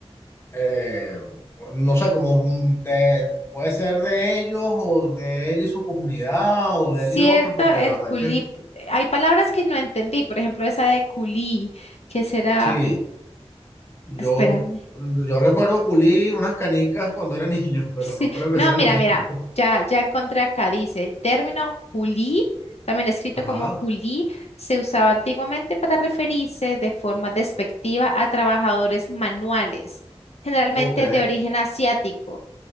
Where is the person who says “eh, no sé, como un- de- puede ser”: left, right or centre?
Left